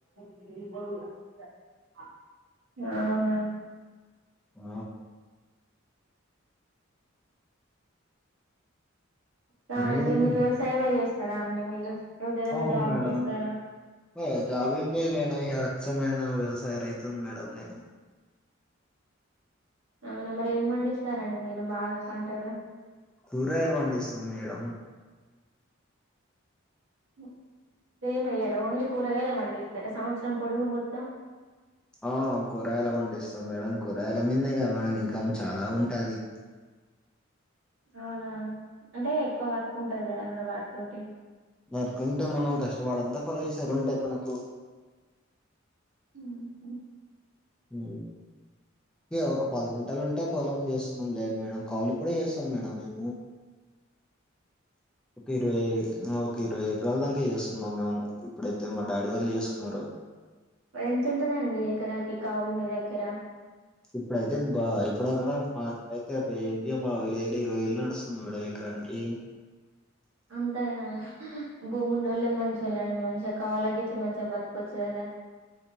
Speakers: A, on the right (about 70°); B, in the centre.
A: అవునా
B: ఆ
A: కా
B: ఉరుముతుంది
A: అండి మీరు వ్యవసాయమే చేస్తారా అండి మీరు లేకపోతే ఏదైనా
B: అవును
A: జాబ్
B: మేడం
A: చేస్తారా
B: ఆ జాబ్ ఏం లేదు మేడం ఇగ అచ్చమైన వ్యవసాయ రైతుని మేడం నేను
A: అవునా మరి ఏం పండిస్తారండి మీరు బాగా పంటలు
B: కూరగాయలు పండిస్తాం మేడం
A: ఉ సెమేయ్యర ఓన్లీ కూరగాయలే పండిస్తర సంవత్సరం పొడుగు మొత్తం
B: ఆ కూరగాయలు పండిస్తాం మేడం కూరగాయల మిందే గా మేడం ఇన్కమ్ చాలా ఉంటది
A: అవునా అంటే ఎక్కువ వర్క్ ఉంటది కదా మరి వాటితోటి
B: వర్క్కుంటే మనం కష్టపడద్దా పరేషాలు ఉంటయి మనకు
A: ఉహు
B: ఉ ఇగ ఒక పది గుంటలు ఉంటే పొలం చేస్తున్నాం లేండి మేడం కౌలుకు కూడా చేస్తాం మేడం మేము ఓకే ఇరవై ఒక ఇరవై ఎకరాల దాంక చేస్తున్నాం మేము ఇప్పుడైతే మా డాడీ వాళ్ళు చేస్తున్నారు
A: ఎంతుంటదండి ఎకరాకి కావులు మీ దగ్గర
B: ఇప్పుడైతే బా ఇప్పుడుక్కడ మాకైతే రేంజ్ గా మా విలేజ్లో ఇరవై వేలు నడుస్తుంది మేడం ఎకరానికి
A: అంతాగానా భూమున్నోళ్ళే మంచో ళ్ళండి మంచిగా కౌలకి ఇచ్చి మంచిగా బతకొచ్చు కదా